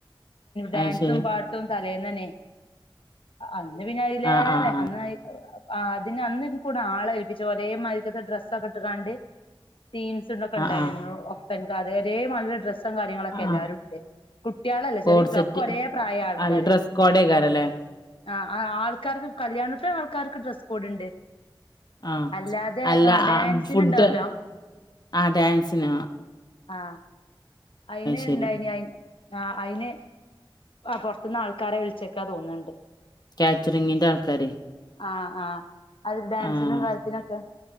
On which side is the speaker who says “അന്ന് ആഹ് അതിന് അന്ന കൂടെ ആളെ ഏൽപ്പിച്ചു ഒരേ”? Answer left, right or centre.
Left